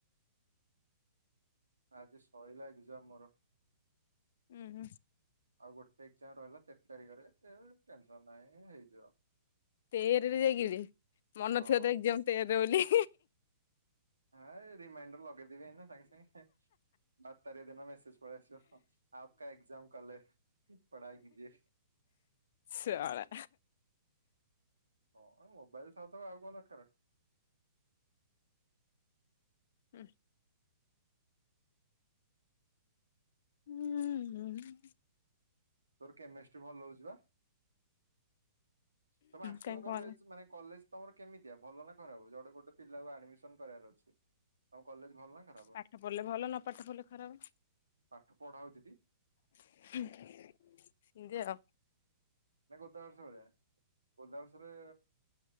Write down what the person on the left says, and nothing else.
ହୁଁ ହୁଁ
ତେରରେ ଯାଇଗିରି ମନ
ଥିବ ତ ଏକଜାମ ତେରରେ ବୋଲି?
ଶଳା
ହୁଁ ହୁଁ ଉଁ
କାହିଁ କଣ ହେଲା
ପାଠ ପଢ଼ିଲେ ଭଲ ନ ପାଠ ପଢ଼ିଲେ ଖରାପ।
<unintelligible>